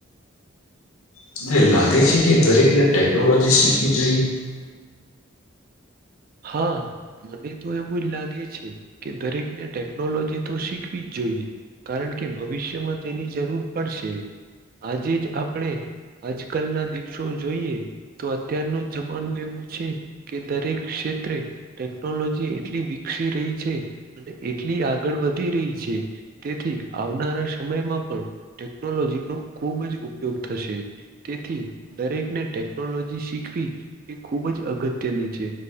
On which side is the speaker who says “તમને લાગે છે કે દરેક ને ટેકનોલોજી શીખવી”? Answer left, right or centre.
Left